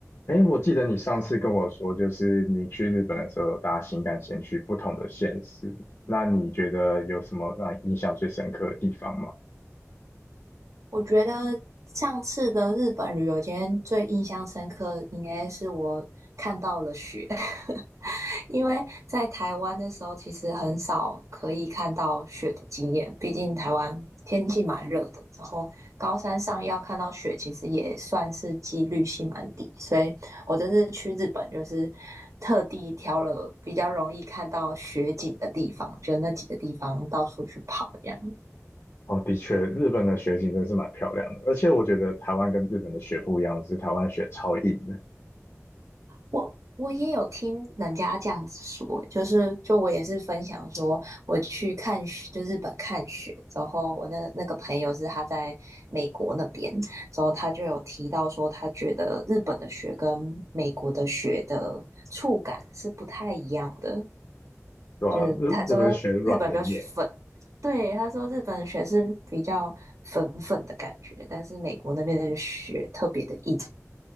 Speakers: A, on the left; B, on the right.
A: 哎，我记得你上次跟我说，就是你去日本的时候有搭新干线去不同的县市，那你觉得有什么让你印象最深刻的地方吗？
B: 我觉得上次的日本旅游，今天最印象深刻应该是我看到了雪，<laughs> 因为在台湾的时候其实很少可以看到雪的经验，毕竟台湾天气蛮热的，然后高山上要看到雪其实也算是几率性蛮低，所以我这次去日本就是特地挑了比较容易看到雪景的地方，就那几个地方到处去跑这样。
A: 哦，的确，日本的雪景真的是蛮漂亮的，而且我觉得台湾跟日本的雪不一样，是台湾的雪超硬的。
B: 我我也有听人家这样子说，就是就我也是分享说，我去看雪，就日本看雪之后，我那那个朋友是他在美国那边，之后他就有提到说，他觉得日本的雪跟美国的雪的触感是不太一样的，
A: 对啊，
B: 就是他说日本比较粉，
A: 日日本的雪软绵绵，
B: 对，他说日本的雪是比较粉粉的感觉，但是美国那边的雪特别的硬。